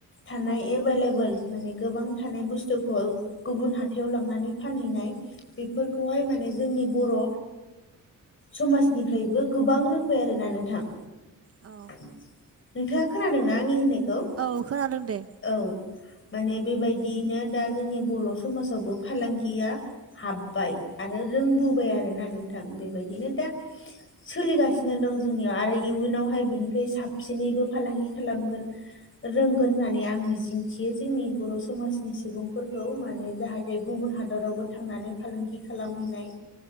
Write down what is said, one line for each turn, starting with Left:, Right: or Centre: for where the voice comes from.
Left: थानाय एभेलेबल माने गोबां थानाय बुस्थुखौ गुबुन हाथाइयाव लांनानै फानहैनाय बेफोरखौहाय माने जोंनि बर' समाजनिफ्रायबो गोबां रोंबाय आरोना नोंथां
Right: औ
Left: नोंथाङा खोनादोंना आंनि होननायखौ
Right: औ खोनादों दे
Left: औ माने बेबायदियैनो दा जोंनि बर' समाजावबो फालांगिया हाबबाय आरो रोंबोबाय आरोना नोंथां बेबायदिनो दा सोलिगासिनो दं जोंनियाव आरो इयुनावहाय बिनिफ्राय साबसिनैबो फालांगि खालामगोन रोंगोन होननानै आं मिजिंथियो जोंनि बर' समाजनि सुबुंफोरखौ माने जाहाथे गुबुन हादरावबो थांनानै फालांगि खालामहैनाय